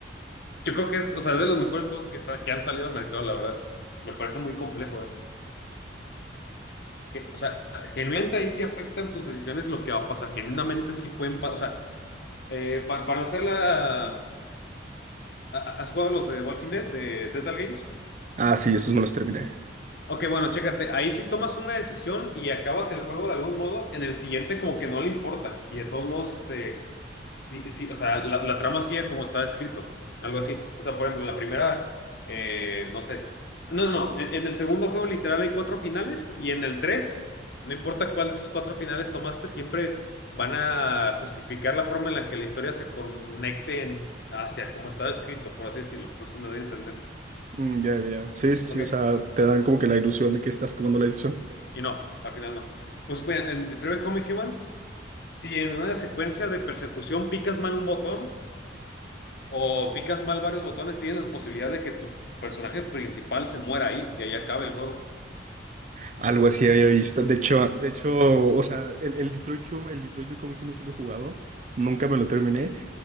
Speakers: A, on the left (about 60°); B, on the right (about 40°).
A: yo creo que es, o sea, es de los mejores juegos que, sa- que han salido al mercado, la verdad. Me parece muy complejo, ¿eh? Que, o sea, genuinamente ahí sí afectan tus decisiones lo que va a pasar. Genuinamente sí pueden pasar. O sea, eh, pa- para no hacerla... ¿ha- ¿Has jugado los de Walking Dead, de Telltale Games?
B: Ah, sí, esos me los terminé.
A: Ok, bueno, chécate, ahí sí tomas una decisión y acabas el juego de algún modo, en el siguiente como que no le importa. Y de todos modos, este, sí, sí, o sea, la, la trama sigue como está escrito, algo así. O sea, por ejemplo, en la primera, eh, no sé. No, no, no, en, en el segundo juego literal hay cuatro finales y en el tres, no importa cuál de esos cuatro finales tomaste, siempre van a justificar la forma en la que la historia se conecte en- hacia como está escrito, por así decirlo. No sé si me doy a entender.
B: Mm, ya, ya, ya. Sí, sí,
A: Ok.
B: sí, o sea, te dan como que la ilusión de que estás tomando la decisión.
A: Y no, al final no. Pues mira, en Detroit Become Human, si en una secuencia de persecución picas mal un botón o picas mal varios botones, tienes la posibilidad de que tu personaje principal se muera ahí y ahí acabe el juego.
B: Algo así había visto. De hecho, de hecho, o sea, el, el Detroit Hum- el Detroit Become Human sí lo he jugado. Nunca me lo terminé.